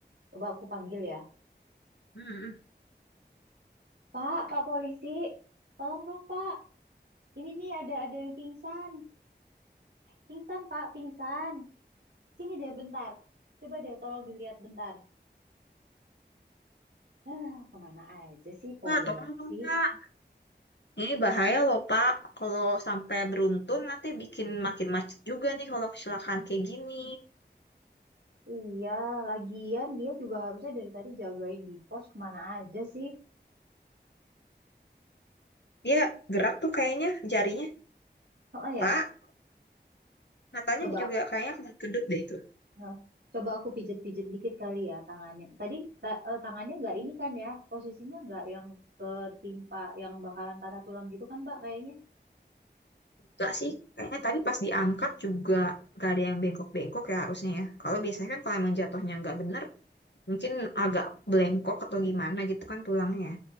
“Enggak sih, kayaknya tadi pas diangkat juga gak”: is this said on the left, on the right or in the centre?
Left